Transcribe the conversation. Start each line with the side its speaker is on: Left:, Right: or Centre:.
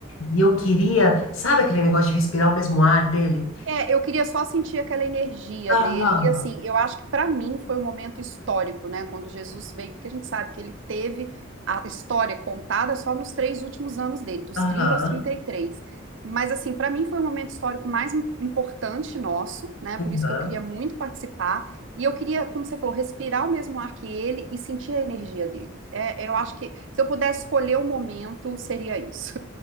Left: E eu queria. Sabe aquele negócio de respirar o mesmo ar dele?
Right: É, eu queria só sentir aquela energia
Left: Aham.
Right: dele. E assim, eu acho que para mim foi um momento histórico, né? Quando Jesus veio, porque a gente sabe que ele teve a história contada só nos três últimos anos dele, dos
Left: Aham,
Right: 30 aos 33. Mas assim, para mim foi o momento histórico mais im- importante nosso, né?
Left: aham.
Right: Por isso que eu queria muito participar. E eu queria, como você falou, respirar o mesmo ar que ele e sentir a energia dele. É, eu acho que se eu pudesse escolher o momento, seria isso.